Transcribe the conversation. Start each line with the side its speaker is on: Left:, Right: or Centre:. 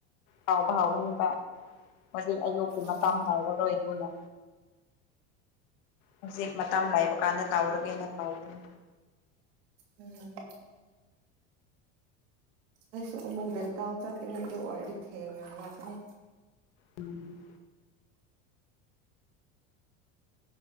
Left: ꯍꯥꯎꯕ ꯍꯥꯎꯒꯅꯤꯕ ꯍꯧꯖꯤꯛ ꯑꯌꯨꯛꯀꯤ
Right: ꯎꯝ
Left: ꯃꯄꯥꯝ ꯂꯩꯔꯔꯣꯏ ꯑꯗꯨꯅ ꯍꯧꯖꯤꯛ ꯃꯇꯝ ꯂꯩꯕ ꯀꯥꯟꯗ ꯇꯧꯔꯒꯦꯅ ꯇꯧꯒꯅꯤ
Right: ꯎꯝ ꯑꯗꯨꯁꯨ ꯑꯃꯨꯛ ꯒ꯭ꯌ ꯥꯟꯇꯥꯎ ꯆꯠꯀꯅꯤ ꯑꯗꯨ ꯑꯣꯏꯔꯗꯤ ꯊꯦꯡꯉꯅ ꯍꯜꯂꯛꯄꯅꯦ
Left: ꯎꯝ